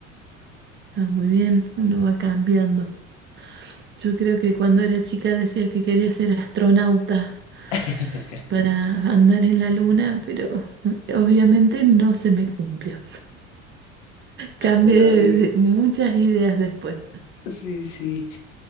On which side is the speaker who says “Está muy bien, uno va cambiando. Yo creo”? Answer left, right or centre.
Right